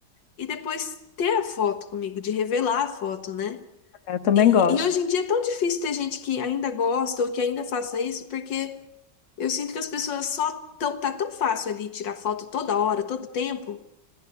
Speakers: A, on the left; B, on the left.
A: e depois ter a foto comigo, de revelar a foto, né?
B: É, Eu também
A: E,
B: gosto.
A: e hoje em dia é tão difícil ter gente que ainda gosta ou que ainda faça isso, porque eu sinto que as pessoas só tão, tá tão fácil ali tirar foto toda hora, todo tempo,